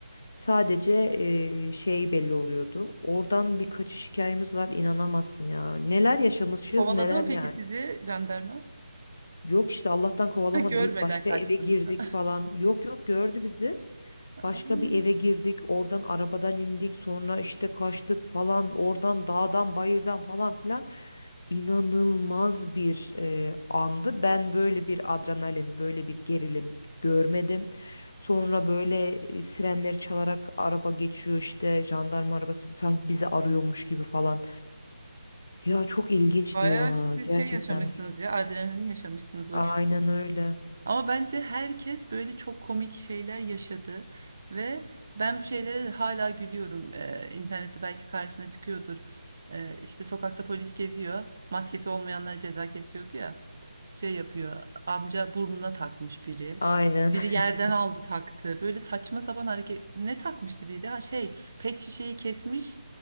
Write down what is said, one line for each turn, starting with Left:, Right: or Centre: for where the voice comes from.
Left: Sadece e, şey belli oluyordu. Oradan bir kaçış hikayemiz var. inanamazsın ya. Neler yaşamışız
Right: Kovaladı
Left: neler
Right: mı peki
Left: yani.
Right: sizi jandarma? <laughs>
Left: Yok işte Allah'tan kovalamadı.
Right: Ha, Görmeden
Left: Biz başka
Right: kaçtınız.
Left: eve girdik
Right: <laughs>
Left: falan. Yok yok gördü bizi.
Right: Ay,
Left: Başka bir eve girdik, oradan arabadan indik, sonra işte kaçtık falan, oradan dağdan bayırdan falan filan. İnanılmaz bir e, andı. Ben böyle bir adrenalin, böyle bir gerilim görmedim. Sonra böyle e, sirenleri çalarak araba geçiyor işte, jandarma arabası sanki bizi arıyormuş gibi falan. Ya çok ilginçti
Right: Bayağı
Left: ya
Right: siz
Left: gerçekten.
Right: şey yaşamışsınız ya. Adrenalin yaşamışsınız o
Left: Aynen
Right: gün.
Left: öyle.
Right: Ama bence herkes böyle çok komik şeyler yaşadı ve ben bu şeylere hala gülüyorum. Ee, internette belki karşına çıkıyordur. Ee, işte sokakta polis geziyor, maskesi olmayanlara ceza kesiyordu ya. Şey yapıyor, amca burnuna takmış biri.
Left: Aynen.
Right: Biri
Left: <laughs>
Right: yerden aldı taktı. Böyle saçma sapan hareket. Ne takmıştı biri de? Ha şey, pet şişeyi kesmiş.